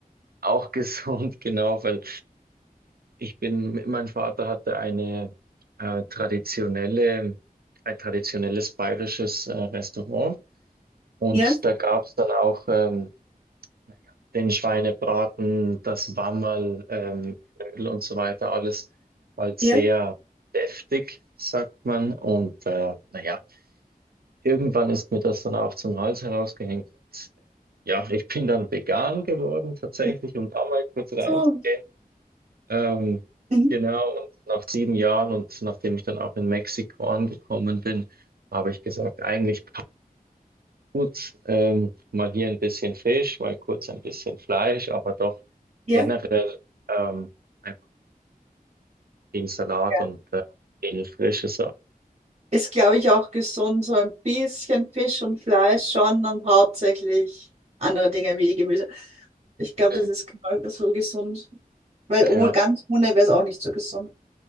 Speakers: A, on the right (about 80°); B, on the right (about 45°).
A: auch gesund, <laughs> genau, weil Ich bin, mein Vater hatte eine äh, traditionelle, ein traditionelles bayerisches äh, Restaurant und
B: Ja,
A: da gab es dann auch ähm, naja, den Schweinebraten, das Wammerl, ähm, Knödel und so weiter, alles halt sehr
B: ja,
A: deftig, sagt man. Und äh, naja, irgendwann ist mir das dann auch zum Hals herausgehängt. Und, äh, ja, ich bin dann vegan geworden tatsächlich,
B: ja.
A: um da mal kurz reinzugehen.
B: So,
A: Ähm,
B: mhm.
A: genau, und nach sieben Jahren und nachdem ich dann auch in Mexiko angekommen bin, habe ich gesagt, eigentlich gut, ähm, mal hier ein bisschen Fisch, mal kurz ein bisschen Fleisch, aber doch
B: ja.
A: generell ähm, einfach viel Salat
B: Ja.
A: und äh, viel frische Sachen.
B: Ist, glaube ich, auch gesund, so ein bisschen Fisch und Fleisch schon und hauptsächlich andere Dinge wie Gemüse. Ich glaube,
A: Mhm.
B: das ist genau so gesund, weil oh,
A: Ja,
B: ganz ohne wäre es auch nicht so gesund.